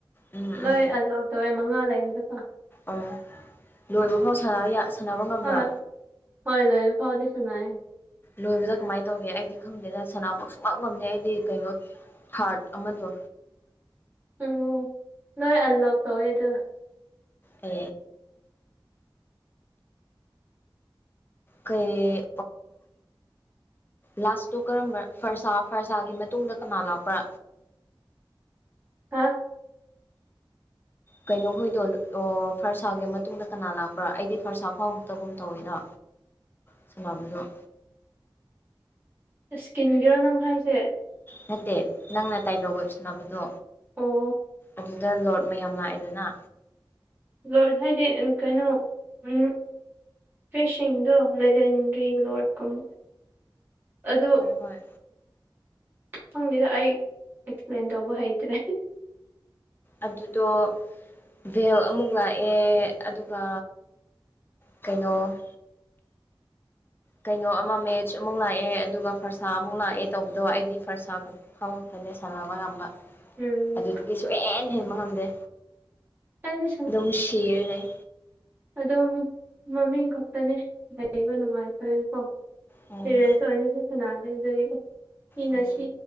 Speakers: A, on the left (about 25°); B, on the right (about 25°).
A: ꯎꯝ
B: ꯂꯣꯏ
A: ꯎꯝ
B: ꯑꯟꯂꯣꯛ ꯇꯧꯋꯦ ꯃꯉꯥ ꯂꯩꯕꯗꯀꯣ꯫
A: ꯑ ꯂꯣꯏꯕ ꯐꯥꯎ ꯁꯥꯟꯅꯕ ꯉꯝꯕ꯭ꯔꯥ꯫
B: ꯑꯥ ꯍꯣꯏ ꯂꯣꯏ ꯐꯥꯎꯗꯤꯁꯨ ꯁꯥꯅꯥꯏ꯫
A: ꯂꯣꯏꯕꯗ ꯀꯃꯥꯏꯅ ꯇꯧꯒꯦ ꯑꯩꯗꯤ ꯈꯪꯗꯦꯗ ꯁꯅꯥꯕꯨ ꯁꯨꯡꯉꯝ ꯉꯝꯗꯦ ꯑꯩꯗꯤ ꯀꯩꯅꯣ ꯍꯥꯥꯔꯠ ꯑꯃꯗꯣ꯫
B: ꯎꯝ ꯅꯣꯏ ꯑꯟꯂꯣꯛ ꯇꯧꯋꯦ ꯑꯗꯨ꯫
A: ꯎ ꯀꯩ ꯂꯥꯁꯇꯣ ꯀꯔꯝꯕ ꯐꯔꯁꯥ ꯐꯔꯁꯥꯒꯤ ꯃꯇꯨꯡꯗ ꯀꯅꯥ ꯂꯥꯛꯄ꯭ꯔꯥ
B: ꯍꯥ
A: ꯀꯩꯅꯣꯈꯣꯏꯗꯣ ꯐꯔꯁꯥꯒꯤ ꯃꯇꯨꯡꯗ ꯀꯅꯥ ꯂꯥꯛꯄ꯭ꯔꯥ ꯑꯩꯗꯤ ꯐꯔꯁꯥ ꯐꯥꯎꯕꯛꯇꯒꯨꯝ ꯇꯧꯋꯤꯗꯣ
B: <inaudible>
A: ꯁꯅꯕꯗꯣ꯫
B: ꯁꯀꯤꯟꯒꯤꯔꯣ ꯅꯪ ꯍꯥꯏꯁꯦ꯫
A: ꯅꯠꯇꯦ ꯅꯪꯅ ꯇꯥꯏꯔꯣꯒ ꯁꯅꯕꯗꯣ꯫
B: ꯑꯣ꯫
A: ꯑꯗꯨꯗ ꯂꯣꯔꯠ ꯃꯌꯥꯝ ꯂꯥꯛꯑꯦꯗꯅ꯫
B: ꯂꯣꯏ ꯍꯥꯏꯗꯤ ꯀꯩꯅꯣ ꯎꯝ꯫ ꯐꯤꯁꯤꯡꯗꯣ ꯂꯦꯗꯦꯟꯗꯔꯤ ꯂꯣꯔꯠꯀꯨꯝꯕ ꯑꯗꯨ
A: ꯍꯣꯏ ꯍꯣꯏ
B: ꯐꯪꯅꯤꯗ ꯑꯩ ꯑꯦꯛꯁꯄ꯭ꯂꯦꯟ ꯇꯧꯕ ꯍꯩꯇ꯭ꯔꯦ
A: ꯑꯗꯨꯗꯣ ꯚꯦꯜ ꯑꯃꯨꯛ ꯂꯥꯛꯑꯦ ꯑꯗꯨꯒ ꯀꯩꯅꯣ ꯀꯩꯅꯣ ꯑꯃ ꯃꯦꯠꯆ ꯑꯃꯨꯛ ꯂꯥꯛꯑꯦ ꯑꯗꯨꯒ ꯐꯔꯁꯥ ꯑꯃꯨꯛ ꯂꯥꯛꯑꯦ ꯇꯧꯕꯗꯣ ꯑꯩꯗꯤ ꯐꯔꯁꯥ ꯈ ꯊꯥꯎ ꯍꯟꯇꯅꯤ ꯁꯥꯟꯕ ꯉꯝꯝꯕ
B: ꯎꯝ
A: ꯑꯗꯨꯗꯒꯤꯁꯨꯨꯍꯦꯟ ꯍꯦꯟꯕ ꯉꯝꯗꯦ
B: ꯑꯩꯗꯤ
A: ꯑꯗꯨꯝ ꯁꯤꯔ ꯂꯩ
B: ꯑꯗꯣ ꯃꯃꯤꯡ ꯈꯛꯇꯅꯤ ꯂꯩꯕ ꯅꯨꯡꯉꯥꯏꯇꯦꯀꯣ
A: ꯎꯝ
B: ꯄꯦꯔꯦꯟꯁ ꯑꯣꯏꯅꯁꯨ ꯁꯨꯅꯗꯦ ꯑꯗꯨꯗꯒꯤ ꯉꯁꯤ
A: ꯎꯝ